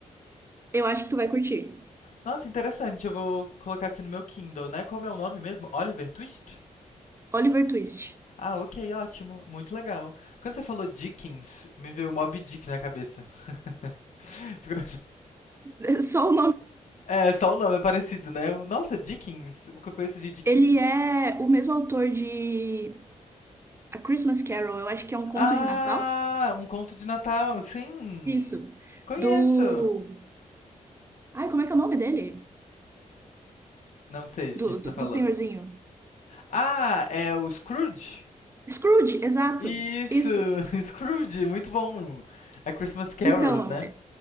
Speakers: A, on the right; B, on the left.
A: Eu acho que tu vai curtir.
B: Nossa, interessante. Eu vou colocar aqui no meu Kindle, né? Como é o nome mesmo? Oliver Twist?
A: Oliver Twist.
B: Ah, ok, ótimo. Muito legal. Quando você falou Dickens, me veio Moby Dick na cabeça. <laughs> Ficou-
A: <laughs> So,
B: É, só o nome é parecido, né? O- Nossa, Dickens. O que eu conheço de Dickens?
A: Ele é o mesmo autor que A Christmas Carol, é um conto
B: Ah,
A: de Natal?
B: um conto de Natal, sim.
A: Isso.
B: Conheço.
A: Do. Ai, como é que é o nome dele?
B: Não sei de
A: Do,
B: quem você
A: do,
B: tá falando.
A: do senhorzinho.
B: Ah, é o Scrooge?
A: Scrooge, exato.
B: Isso,
A: Isso.
B: <laughs> Scrooge, muito bom. A Christmas Carols,
A: Então,
B: né?